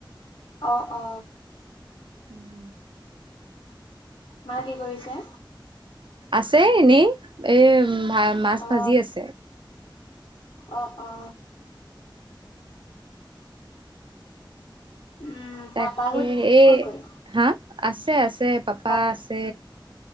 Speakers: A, on the left; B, on the right.
A: অহ।
B: উম
A: মা কি কৰিছে
B: আছে এনেই এই ভা মাছ
A: অ
B: ভাজি আছে
A: অ অ উম
B: তাকে
A: পাপাহত
B: এই
A: ক'ত গ'ল
B: হা আছে আছে পাপা
A: পাপ
B: আছে